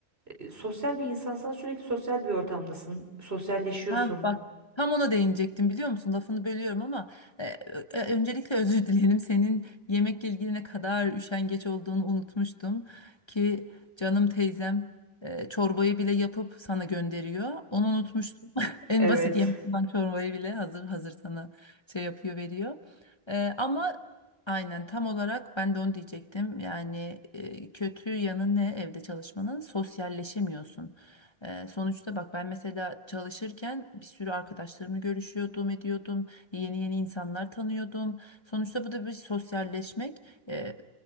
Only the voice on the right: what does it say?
E, Sosyal bir insansan sürekli sosyal bir ortamdasın. Sosyalleşiyorsun.
Evet.